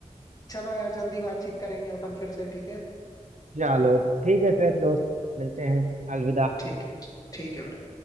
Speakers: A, on the left (about 30°); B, on the right (about 65°).
A: चलो यार जल्दी बातचीत करेंगे अपन फिर से ठीक है
B: चलो ठीक है फिर दोस्त मिलते हैं अलविदा
A: ठीक है ठीक है भाई